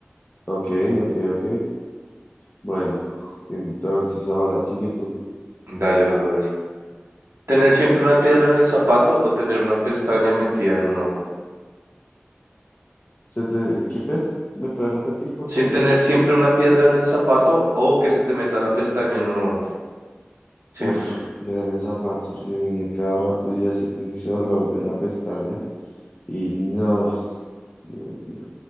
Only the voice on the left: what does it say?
Ok, ok, ok. Bueno, entonces ahora sigue tú.
¿Se te... ¿Qué pedo? ¿Me puedes repetir, por
favor?
Uf, era en el zapato, porque mi cada rato yo ya sé que es ese dolor de la pestaña. Y no, Dios mío.